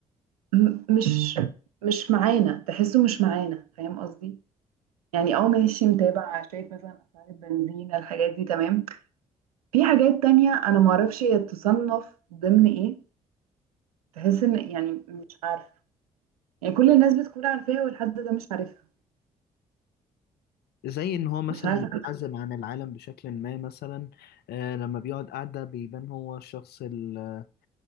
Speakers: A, on the right; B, on the left.
A: م- مش مش معانا تحسه مش معانا فاهم قصدي يعني اه ماشي متابع شايف مثلا أسعار البنزين الحاجات دي تمام في حاجات تانية أنا معرفش هي تصنف ضمن إيه تحس إن يعني مش عارفة يعني كل الناس بتكون عارفاها والحد ده مش عارفها
B: زي ان هو مثلا
A: مش عارفة
B: منعزل عن العالم بشكل ما مثلا آه لما بيقعد قاعدة بيبان هو الشخص ال- آه،